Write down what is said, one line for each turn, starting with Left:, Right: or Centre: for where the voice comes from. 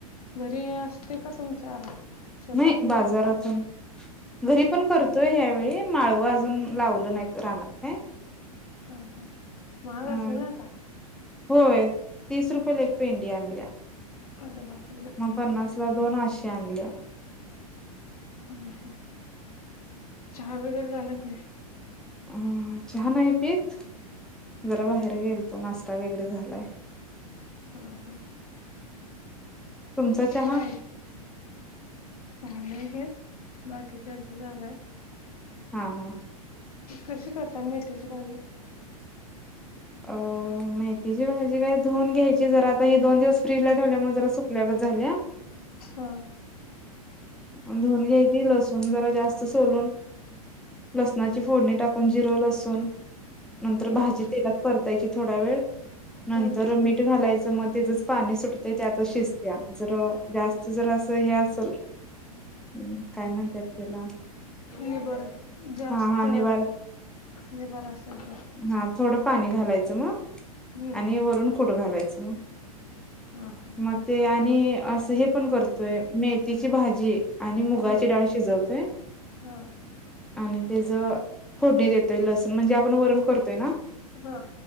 Left: घरी असते का तुमच्या शेतातले
Centre: नाही बाजारातून
Left: हा
Centre: घरीपण करतोय यावेळी माळवं अजून लावलं नाहीत रानात काय?
Left: हा हा महाग
Centre: अ
Left: असेल नाही का?
Centre: होय तीस रुपयेला एक पेंडी आणल्या.
Left: अरे बाप
Centre: मग पन्नास ला दोन अश्या आणल्या.
Left: हूं हू चहा वगैरे झालं की नाही?
Centre: हं हं चहा नाही पीत जरा बाहेर गेलतो नाश्ता वगैरे झालायं.
Left: हा हा, <inaudible>
Centre: तुमचा
Left: म
Centre: चहा
Left: काय? चहा नाही घेत बाकीच्याच झालायं.
Centre: हा हा.
Left: कशी करता मेथीची भाजी?
Centre: अ मेथीची भाजी काय धुऊन घ्यायची जरा आता ही दोन दिवस फ्रीजला ठेवल्यामुळं जरा सुकल्या गत झाल्या.
Left: हा.
Centre: आण‌ धुवून घ्यायची, लसूण जरा जास्त सोलून. लसणाची फोडणी टाकून जिरं, लसूण. नंतर
Left: हा
Centre: भाजी तेलात परतायची थोडा वेळ.
Left: हा
Centre: नंतर मीठ मीठ घालायचं मग तेजच पाणी सुटतंय त्यातच शिजत्या जरा जास्त जरास हे असलं हं काय म्हणत्यात त्याला
Left: निबर जास्त
Centre: हा हा निवार
Left: निबर असेल तर
Centre: हा थोडं पाणी घालायचं मग
Left: हम्म
Centre: आणि वरून कुट घालायचं मग.
Left: हा हा.
Centre: मग ते आणि असं हे पण करतोय मेथीची भाजी आणि मुगाची
Left: हा
Centre: डाळ शिजवतोय. <inaudible>
Left: हा
Centre: आणि तेज फोडणी देतोय लसण म्हणजे आपण वरण करतोय ना
Left: हा,